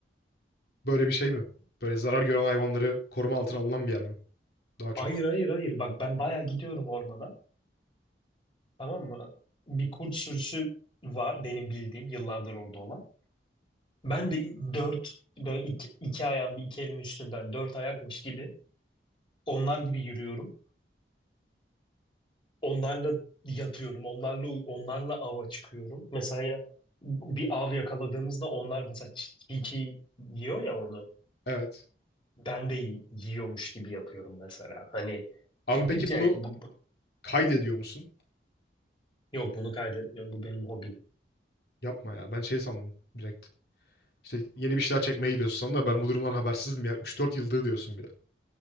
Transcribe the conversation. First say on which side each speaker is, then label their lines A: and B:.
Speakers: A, on the left; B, on the left.
A: Böyle bir şey mi? Böyle zarar gören hayvanları koruma altına alınan bir yer mi? Daha çok.
B: Hayır hayır hayır bak ben bayağı gidiyorum ormana tamam mı? Bir kurt sürüsü var benim bildiğim yıllardır orada olan. Ben de dört böyle iki, iki ayağım bir iki elim üstünden dört ayakmış gibi onlar gibi yürüyorum. Onlarla yatıyorum onlarla onlarla ava çıkıyorum. Mesela ya- bir av yakaladığımızda onlar mesela çi- çiğ yiyor ya onu.
A: Evet.
B: Ben de y- yiyormuş gibi yapıyorum mesela. Hani
A: Abi
B: çünkü
A: peki
B: şey
A: bunu
B: bu- bu-
A: kaydediyor musun?
B: yok bunu kaydetmiyorum bu benim hobim.
A: Yapma ya. Ben şey sandım direkt. İşte yeni bir şeyler çekmeye gidiyorsun sandım da ben bu durumdan habersizdim ya. Üç dört yıldır diyorsun bir de.